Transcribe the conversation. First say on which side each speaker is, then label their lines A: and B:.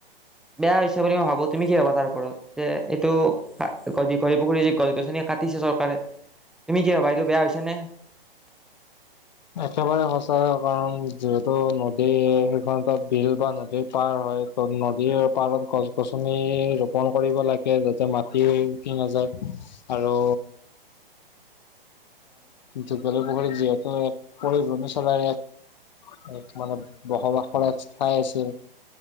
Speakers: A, in the centre; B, on the left.
A: বেয়া হৈছে বুলি মই ভাবো। তুমি কি ভাবা তাৰ ওপৰত যে এইটো? দীঘলী পুখুৰী যে গছ-গছনি কাটিছে চৰকাৰে। তুমি কি ভাবা এইটো বেয়া হৈছে নে?
B: একেবাৰে সঁচা কাৰণ যিহেতু নদী সেইখন এটা বিল বা নদীৰ পাৰ হয়। নদীৰ পাৰত গছ-গছনি ৰোপন কৰিব লাগে যাতে মাটি উটি নাযায়। আৰু দীঘলী পুখুৰীত যিহেতু এক পৰিভ্ৰমী চৰাইয়ে এক মানে বসবাসৰ এক ঠাই আছিল।